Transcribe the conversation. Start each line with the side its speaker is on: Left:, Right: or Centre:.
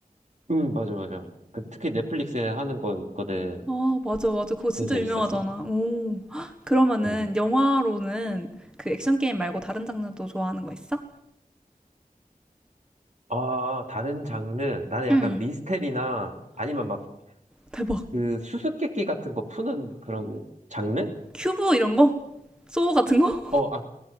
Right: 응, 맞아, 맞아. 그, 특히 넷플릭스에 하는 거 있거든.
Centre: 아, 맞아, 맞아. 그거 진짜
Right: 되게 재밌었어.
Centre: 유명하잖아. 오. <gasps> 헉, 그러면은
Right: 음.
Centre: 영화로는 그 액션 게임 말고 다른 장르도 좋아하는 거 있어?
Right: 아, 다른 장르. 나는 약간
Centre: 응.
Right: 미스테리나 아니면 막
Centre: 대박.
Right: 그 수수께끼 같은 거 푸는 그런 장르?
Centre: 큐브 이런 거? 소우 같은 거?
Right: 어, 어,